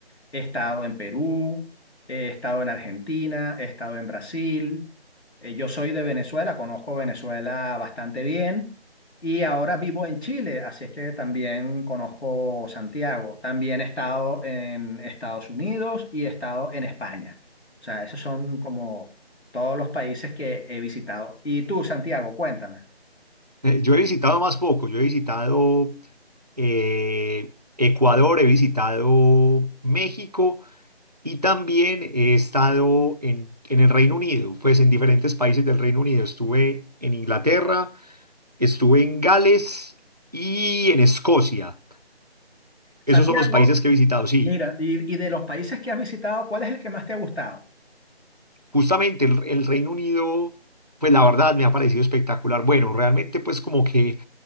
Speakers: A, on the left (about 80°); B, on the right (about 40°).
A: He estado en Perú, he estado en Argentina, he estado en Brasil. Eh, yo soy de Venezuela, conozco Venezuela bastante bien y ahora vivo en Chile, así es que también conozco Santiago. También he estado en Estados Unidos y he estado en España. O sea, esos son como todos los países que he visitado. Y tú, Santiago, cuéntame.
B: Eh, yo he visitado más poco, yo he visitado eh, Ecuador, he visitado México y también he estado en, en el Reino Unido, pues en diferentes países del Reino Unido. Estuve en Inglaterra Estuve en Gales y en Escocia.
A: Santiago,
B: Esos son los países que he visitado. Sí,
A: mira, y, y de los países que has visitado, ¿cuál es el que más te ha gustado?
B: justamente el, el Reino Unido, pues la verdad me ha parecido espectacular. Bueno, realmente pues como que,